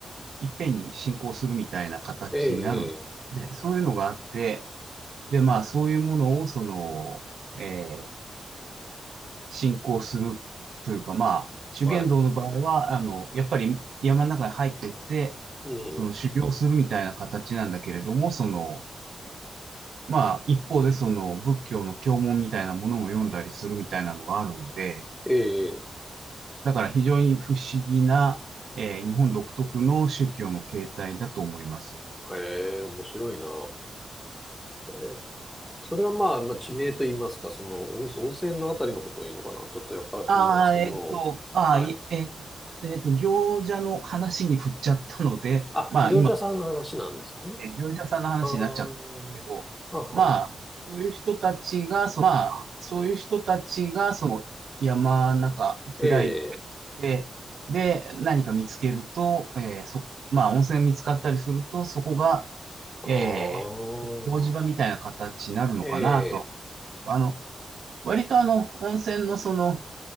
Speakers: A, on the right; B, in the centre.
A: いっぺんに信仰するみたいな形になるんで、
B: ええ、
A: そういうのがあって、で、まあ、そういうものを、その、えー進行するというか、まあ、修験道の場合は、
B: はい、
A: あの、やっぱり山の中に入っていって、
B: うん、
A: その修行するみたいな形なんだけれども、その、まあ、一方でその仏教の経文みたいなものも読んだりするみたいなのがあるので、
B: ええ、
A: だから非常に不思議な、えー日本独特の宗教の形態だと思います。
B: ええ、面白いな。ええ、それはまあ、まあ、地名と言いますか、その温、温泉のあたりのことを言うのかな。ちょっとよくわからないですけど、
A: ああ、えっと、ああ、
B: はい。
A: いええっと、行者の話に振っちゃったので、
B: あ、
A: まあ、
B: 行者さんの話なんですね。
A: 今えー業者さんの話になっちゃったんですけど、
B: ああ、ははは。
A: まあ、そういう人たちが、そまあ、そういう人たちが、その山の中開い
B: ええ、
A: て、で、何か見つけると、えーそ、まあ、温泉見つかったりすると、そこが、
B: ああ、
A: えー、湯治場みたいな形になるのかなと。
B: ええ、
A: あの、割とあの、温泉のその、